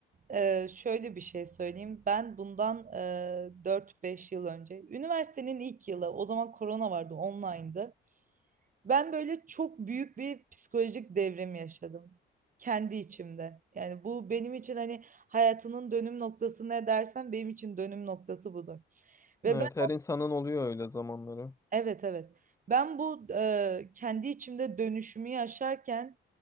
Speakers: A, on the right; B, on the left.
A: e, şöyle bir şey söyleyeyim. Ben bundan e, 4-5 yıl önce, üniversitenin ilk yılı, o zaman korona vardı, online'dı. Ben böyle çok büyük bir psikolojik devrim yaşadım. Kendi içimde. Yani bu benim için hani hayatının dönüm noktası ne dersen benim için dönüm noktası budur. Ve
B: Evet
A: ben,
B: her insanın oluyor öyle zamanları.
A: evet evet. Ben bu e, kendi içimde dönüşümü yaşarken